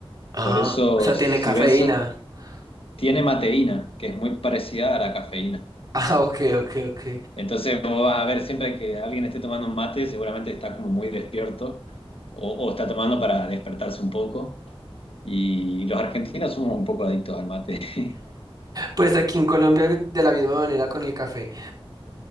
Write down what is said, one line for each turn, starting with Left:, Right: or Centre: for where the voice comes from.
Right: Ah,
Left: Por eso,
Right: O sea,
Left: si
Right: tiene cafeína.
Left: ves,
Right: <laughs>
Left: tiene mateína, que es muy parecida a la cafeína.
Right: Ah, ok, ok, ok.
Left: Entonces, vos vas a ver siempre que alguien esté tomando un mate, seguramente está como muy despierto o o está tomando para despertarse un poco. Y los argentinos somos un poco adictos al mate. <laughs>
Right: Pues aquí en Colombia de la misma manera con el café.